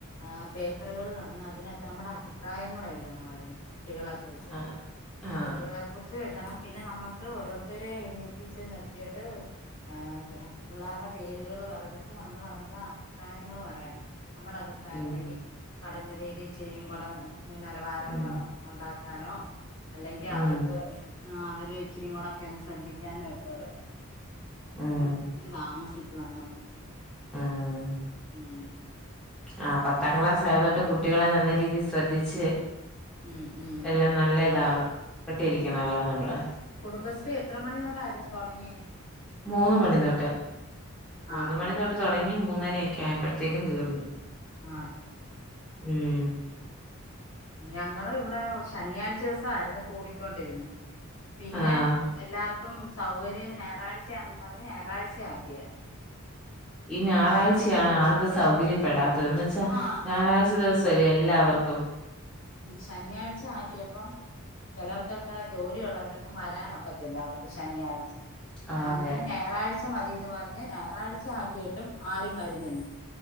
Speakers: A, on the left (about 65°); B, in the centre.
A: ആഹ് പേപ്പറ്കൾ തെന്ന് അതിനകത്ത് നമ്മളെ അഭിപ്രായങ്ങൾ എഴ്തണമായിരുന്നു കുട്ടികളെ കുറിച്ച്
B: ആഹ് ആഹ്
A: കുട്ടികളെ കുറിച്ച് എഴുതണം പിന്നെ നമ്മക്ക് ഓരോര്ത്ത ത്തരെ എണീപ്പിച്ച് നിർത്തീട്ട് ആഹ് അതെ പിള്ളേരുടെ പേരുകൾ പറഞ്ഞിട്ട് നമ്മൾ അവര്ടെ അഭിപ്രായങ്ങൾ പറയണം നമ്മടെ അഭിപ്രായങ്ങള്
B: ഉം
A: ഇനി പഠന രീതി ചെയ്യുമ്പള് നിലവാരം
B: ഉം
A: ഏ ഉണ്ടാക്കാനോ അല്ലെങ്കി
B: ഉം
A: അവർക്ക് അവര് ഇച്ചിരി കൂടെക്കെ ശ്രദ്ധിക്കാനും ഒക്കെ ഉള്ളേ
B: ഉം
A: അത്കൊണ്ട് ഇത്തിരി താമസിച്ചു വന്നപ്പോ
B: ഉം
A: ഉം
B: ആഹ് പത്താം
A: പിന്നെ
B: ക്ലാസ് ആയതോണ്ട് കുട്ടികളെ നല്ല രീതിയിൽ ശ്രദ്ധിച്ച്
A: ഉം ഉം
B: എല്ലാം നല്ല ഇതാവ <unintelligible>
A: ഉം
B: ഇരിക്കണല്ലോ നമ്മള്
A: കുടുംബശ്രീ എത്ര മണിത്തൊട്ടായിരുന്നു തൊടങ്ങിയേ
B: മൂന്ന് മണി തൊട്ട് മൂന്ന്
A: ആ
B: മണി
A: ആ
B: തൊട്ട് തുടങ്ങി മൂന്നരയൊക്കെ ആയപ്പോഴത്തേക്കും തീർന്നു
A: ആഹ്
B: ഉം
A: ഞങ്ങള് ഇവിടെ ശനിയാഴ്ച ദിവസായിരുന്നു കൂടിക്കൊണ്ടിര്ന്നത് പിന്നെ
B: ആഹ്
A: എല്ലാർക്കും സൗകര്യം ഞായറാഴ്ച്ചയാന്ന് പറഞ്ഞ് ഞായറാഴ്ച്ചയാക്കിയാര്
B: ഈ ഞായറാഴ്ച്ചയാണ് ആർക്കും സൗകര്യപ്പെടാത്തത് എന്ന് വെച്ചാ
A: ആഹ്
B: ഞായറാഴ്ച ദിവസെ എല്ലാവർക്കും
A: ശനിയാഴ്ച്ച ആക്കിയപ്പം ചെലർക്കൊക്കെ ജോലിയുള്ളവരൊന്നും വരാനൊക്കത്തില്ല അവർക്ക് ശനിയാഴ്ച്ച
B: ആഹ്
A: അങ്ങനെ
B: അതെ
A: ഞായറാഴ്ച്ച മതിന്ന് പറഞ്ഞ് ഞായറാഴ്ച്ച ആക്കിയിട്ടും ആരും വര്ന്നില്ല